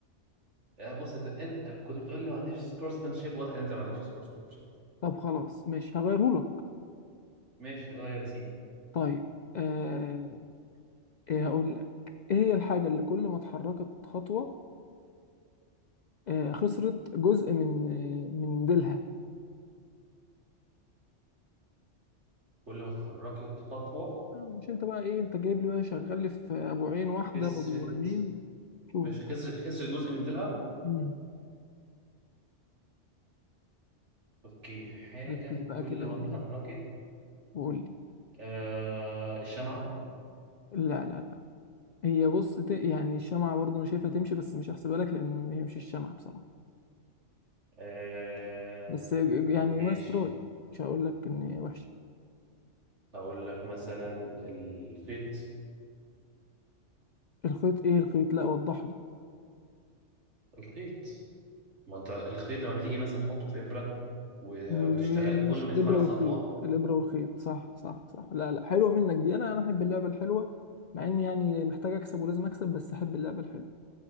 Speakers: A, on the right (about 70°); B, on the left (about 65°).
A: آه، بص أنت أنت كنت بتقول لي ما عنديش سبورتسمانشيب واضح إن أنت ما عندكش سبورتسمانشيب
B: طب خلاص ماشي هغيرهولك
A: ماشي غير يا سيدي
B: طيب آه ايه هقول لك ايه هي الحاجة اللي كل ما اتحركت خطوة آه خسرت جزء من آه من ديلها
A: كل ما اتحركت خطوة
B: آه، مش انت بقى ايه انت جايب لي بقى شغال لي في ابو عين واحدة
A: خسرت
B: وابو عينين شوف
A: مش
B: بقى
A: خسر خسر جزء من ديلها
B: مم.
A: أوكي حاجة
B: ركز بقى
A: كل
B: كده
A: ما
B: وايه
A: اتحركت
B: وقول لي
A: آه الشمعة
B: لا لا لا هي بص ت- يعني الشمعة برضو انا شايفها تمشي بس مش هحسبها لك لان ما هي مش الشمعة بصراحة
A: آه
B: بس يعني
A: ماشي
B: نايس تراي مش هقول لك ان وحش
A: هقول لك مثلا الخيط
B: الخيط ايه الخيط لا وضح لي
A: الخيط ما انت الخيط لما بتيجي مثلا تحطه في ابره و-
B: ماشي
A: وتشتغل كل ما
B: الابره
A: يتحرك
B: والخيط
A: خطوه
B: الابره والخيط صح صح صح لا لا حلوه منك دي انا انا احب اللعبه الحلوه مع اني يعني محتاج اكسب ولازم اكسب بس احب اللعبه الحلوه